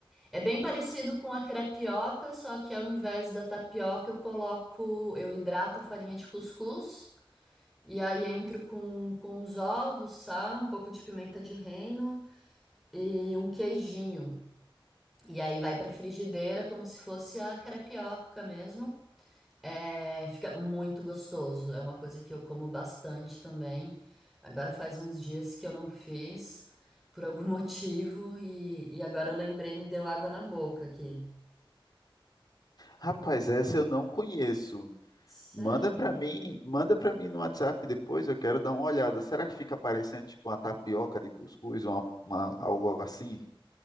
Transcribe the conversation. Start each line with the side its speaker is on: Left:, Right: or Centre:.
Centre: é bem parecido com a crepioca, só que ao invés da tapioca eu coloco, eu hidrato a farinha de cuscuz e aí entro com, com os ovos, sal, um pouco de pimenta de reino e um queijinho. E aí vai pra frigideira como se fosse a crepioca mesmo. É, fica muito gostoso. É uma coisa que eu como bastante também. Agora faz uns dias que eu não fiz, por algum <laughs> motivo, e, e agora eu lembrei, me deu água na boca aqui.
Left: Rapaz, essa eu não conheço.
Centre: Sério?
Left: Manda para mim, manda para mim no WhatsApp depois, eu quero dar uma olhada. Será que fica parecendo tipo uma tapioca de cuscuz ou uma, uma- algo assim?